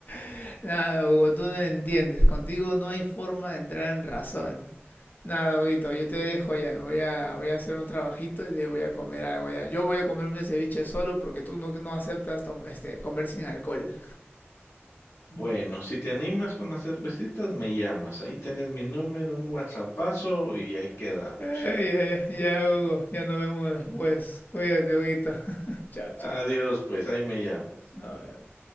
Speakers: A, on the left; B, on the left.
A: <laughs> Nada, Hugo, tú no entiendes. Contigo no hay forma de entrar en razón. Nada, Doguito, yo te dejo ya. Voy a, voy a hacer un trabajito y de- voy a comer algo allá. Yo voy a comerme ceviche solo porque tú no, no aceptas tom- este, comer sin alcohol.
B: Bueno, si te animas con las cervecitas, me llamas. Ahí tienes mi número, un WhatsAppazo y ahí quedamos.
A: <laughs> Ay, ya, ya, ya, Hugo. Ya nos vemos después. Cuídate, Huguito. <laughs> Chao, chao.
B: Adiós, pues, ahí me llamas.
A: Nos vemos.